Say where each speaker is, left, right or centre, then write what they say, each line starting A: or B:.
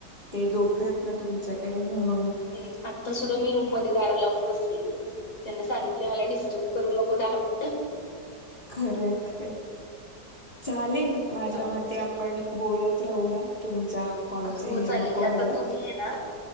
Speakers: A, on the left (about 30°); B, on the left (about 65°).
A: ते दोघं आहेत ना तुमच्याकडे म्हणून
B: हम आता सुद्धा मी रूममध्ये. दार लावून बसलेली. त्यांना सांगितले मला डिस्टर्ब करू नको दहा मिनट.
A: खरे-खरे चालेल माझ्या
B: त्यामुळे
A: मते
B: बसले
A: आपण बोलत. राहूया. तुमचा कॉलच
B: हो
A: हे
B: चालेल
A: नको
B: की आता
A: व्हायला.
B: तुम्ही आहे ना